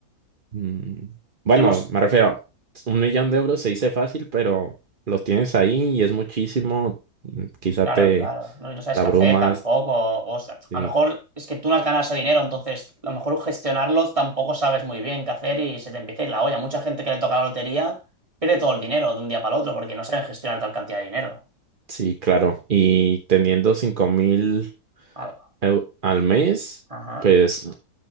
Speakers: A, on the right (about 40°); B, on the right (about 15°).
A: mm, bueno,
B: Tenemos.
A: me refiero, un millón de euros se dice fácil, pero los tienes ahí y es muchísimo, mm, quizá
B: Claro,
A: te,
B: claro. No, y no sabes
A: te abrumas,
B: qué hacer tampoco. O sea,
A: sí,
B: a lo mejor es que tú no has ganado ese dinero, entonces a lo mejor gestionarlo tampoco sabes muy bien qué hacer y se te empieza a ir la olla. Mucha gente que le toca la lotería pierde todo el dinero de un día para el otro porque no saben gestionar tal cantidad de dinero.
A: sí, claro, y teniendo cinco mil
B: Ah,
A: eu- al mes,
B: Ajá,
A: pues